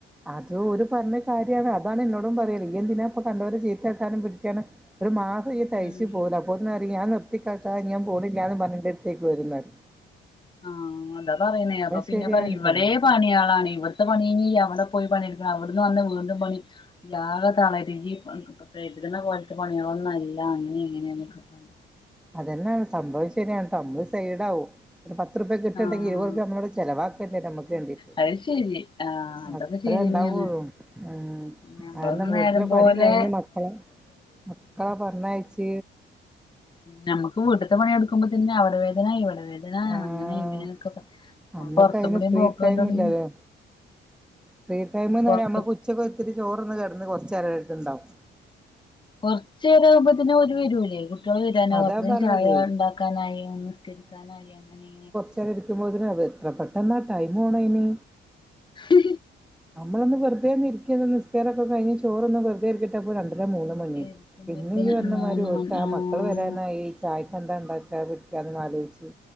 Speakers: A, in the centre; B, on the left (about 25°).
A: അത് ഒരു പറഞ്ഞ കാര്യമാണ് അതാണ് എന്നോടും പറയല ഈ എന്തിനാ ഇപ്പൊ കണ്ടവരെ ചീത്തേക്കാനും പിടിക്കാനും ഒരു മാസം ഈ തയ്ച്ചച്ച്
B: ഉം
A: പോകില്ല അപ്പോൊന്ന അറിയ ഞൻ നിർത്തിക്കാക്കാ ഞാൻ പോണില്ല എന്ന് പറഞ്ഞിട്ട് അടുത്തേക്ക് വരുന്ന
B: ആഹ് അതാ പറയുന്നേ അപ്പൊ പിന്നെ
A: ശരിയാണ്‌ട്ടോ
B: പറ ഇവിടെ പണിയളാണ് ഇവ ഇ പണി അവിടെ പോയി പണിയെടുക്കണം അവിടുന്ന് വന്ന വീണ്ടും പണി യാക തളരു യ്യ് കര്ത്ന്ന പോലത്തെ പണികളൊന്നുംല്ല അങ്ങനെ എങ്ങനെയൊക്കെ പറഞ്ഞ
A: അതന്നെണ് സംഭവം ശരിയാണ്ട്ടോ നമ്മള് സൈഡ ആവും ഒരു പത്ത്റുപ കിട്ടണ്ടെങ്ക
B: ആ
A: ഇരുപത് രൂപ നമ്മോട് ചിലവാക്കേണ്ടേ നമക്ക്ണ്ടീട്
B: അത് ശരി ആഹ് അതൊക്കെ
A: അത്രേ
B: ശരിന്നെയാണ്
A: ഉണ്ടാവള്ളൂ ഉം
B: ഞമ്മളൊന്ന്
A: കാരണം
B: നേരം
A: വീട്ടിലെ
B: പോലെ
A: പണി കഴിഞ്ഞ് മക്കളെ മക്കളെ പറഞ്ഞഴച്ച
B: നമുക്ക് വീട്ടത്തെ പണി എടുക്കുമ്പോ തന്നെ അവിടെ വേദന ഇവിടെ വേദന
A: ആഹ്
B: അങ്ങനെ ഇങ്ങനെയൊ
A: നമ്മക്കയ്ന്
B: പുറത്തും മളും
A: ഫ്രീ
B: പോക്കല്ലോടെ
A: ടൈം ഇല്ലല്ലോ ഫ്രീ ടൈം നമ്മള്
B: പൊറത്ത്
A: കൊച്ചൊക്കെ ഒത്തിരി ചോറ്ന്ന് കിടന്ന് കൊറച്ച് നേരടുത്ത്ണ്ടാവും
B: കുറച്ചേര ആകുമ്പത്തന്നെ ഓര് വരൂലേ വിധാന
A: അതാ പറഞ്ഞത്
B: ചായ ഉണ്ടാക്കാനായിസ്കരിക്കാനായി അങ്ങനെ
A: അച്ചാ ഇരിക്കുമ്പോൾ അതിന് അത് എത്ര പെട്ടെന്ന ടൈം ആണ അതിന്
B: ഹി
A: നമ്മളൊന്ന് വെറുതെ ഇരിക്ക നമ്മളൊന്നു വെറുതെ ഒന്ന് ഇരിക്കിയ നിസ്കാരൊക്കെഴിഞ്ഞ് ചോറൊന്ന് വെറുതെരിക്കിട്ടപ്പോ രണ്ടര മൂന്ന് മണി
B: ഇരിക്കുമ്പത്തിന്
A: പിന്നെ ഈ പറഞ്ഞമാതിരി
B: മൂന്ന് മണി
A: ആ
B: ആഹ്
A: മക്കൾ വരാനായിഈ ചായ്ക്കെന്താ ഉണ്ടാക്കാ പിടിക്കാ ആലോചിച്ചു